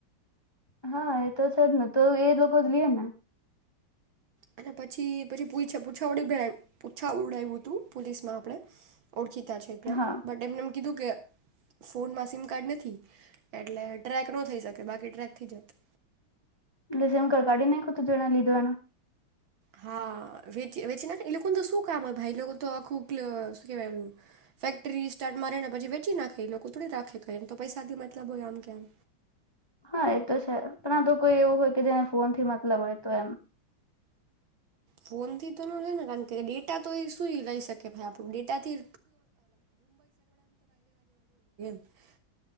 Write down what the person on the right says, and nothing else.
અને પછી પછી પૂછડાવ્યું ઉડાયું હતું પોલીસમાં આપણે ઓળખીતા છે ત્યાં
બટ એમને કિધું કે ફોનમાં સીમ કાર્ડ નથી, એટલે ટ્રેક ન થઈ શકે બાકી ટ્રેક થઈ જતે.
હા વેચી નાખે એ લોકોને તો શું કામ હોય ભાઈ લોકો તો આખું શ કેવાય, ફેક્ટરી સ્ટાર્ટ મારેને પછી વેચી નાખે લોકો થોડી રાખેમ તો પૈસાથી મતલબ હોય આમ કે આમ.
ફોનથી તો નો હોય ને કારણ કે ડેટા તો શું લઈ શકે આપણા ભાઈ ડેટા થી <unintelligible> <unintelligible>